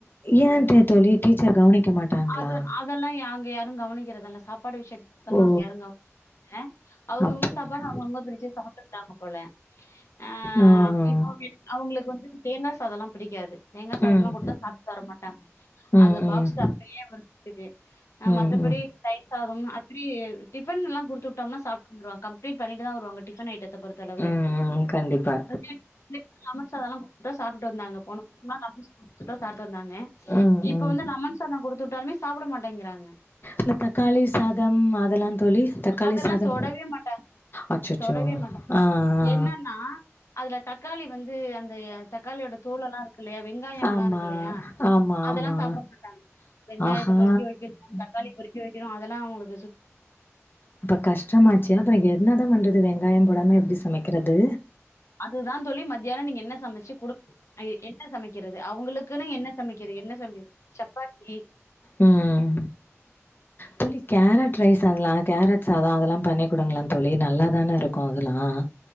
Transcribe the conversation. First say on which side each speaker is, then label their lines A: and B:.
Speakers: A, on the left; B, on the left.
A: ஏன் தோழி டீச்சர் கவனிக்க மாட்டாங்களா?
B: அது அதெல்லாம் அங்க யாரும் கவனி க்கிறதல சாப்பாடு விஷயத்த தவர்
A: ஓ
B: அங்க யாரோ கவனிக் றதல அவுங்க
A: அப்டிங்களா
B: அவுங்க சாப்பாட்டு அவுங்க அவுங்க பிரிச்சு சாப்த்து <unintelligible> போல ஆஹ்
A: ஆ ஆ.
B: இப்ப அவங்களுக்கு வந்து தேங்கா அதெல்லாம் பிடிக்காது தேங்காய் சாதம்லாம்
A: ம்
B: கொடுத்தா சாப்பிட்டு வர மாட்டாங்க,
A: ம்
B: அது பாக்ஸ்
A: ம்
B: அப்படியே வந்துக்கு,
A: ம் ம்
B: மற்றபடி தயிர் சாதம் அப்படி டிஃபன்லாம் குடுத்துவிட்டம்னா சாப்ட்டு வந்துருவாங்க. கம்ப்ளிட் பண்ணிட்டுதான் வருவாங்க டிஃபண் ஐட்டத் த பொறுத்த அளவு
A: ம் ம் கண்டிப்பா
B: <unintelligible> லெமன் சாதம் குடுத்துட்டா சாப்பிட்டு வந்தாங்க போன <unintelligible> லெமன் சாதம் குடுத்து விட்டா சாப்பிட்டு வந்தாங்க
A: ம்
B: இப்ப
A: ம்
B: வந்து லெமன் சாதம் கொடுத் து விட்டாலமே சாப்பிட மாட்டேங்கிறாங்
A: இந்த தக்காளி சாதம் அதெல்லாம் தோழி தக்காளி
B: அதெல்லாம்
A: சாதம்
B: தொடவே மாட்டாங்க.
A: அச்சச்சோ
B: தொடவே மாட்டாங்க.
A: ஆ ஆ ஆ.
B: என்னன்னா அதுல தக்காளி வந்து அந்த தக்காளியோட தோல் எல்லாம் இருக்கு இல்லையா வெங்காயம்லா
A: ஆமா
B: இருக்கு இல்லையா
A: ஆமா
B: அதெல்லாம்
A: ஆமா
B: சாப்பிட மாட்டாங்க வெங்காயத்தை
A: ஆஹா
B: பொறிக்கி வைக்கணும் தக்காளி பொறுக்கி பொறுக்கி வைக்கணும் அதெல்லாம் அவங்களுக்கு
A: அப்ப கஷ்டமாச்சு அப்புறம் என்னதான் பண்றது வெங்காயம் போடாம எப்டி சமைக்கிறது?
B: அதுதான் தோழி மத்தியானம் நீங்க என்ன சமைச்சு குடு என்ன சமைக்க து அவங்களுக்குன்னு என்ன சமைக்க கற என்ன சமைக்கிறது சப்பாத்தி
A: உஹ்ம் தோழி கேரட் ரைஸ் அதெல்லாம் கேரட்ஸ் சாதம் அதெல்லாம் பண்ணி கொடுங்களாம் தோழி நல்லாதானே இருக்கும் அதெல்லாம்?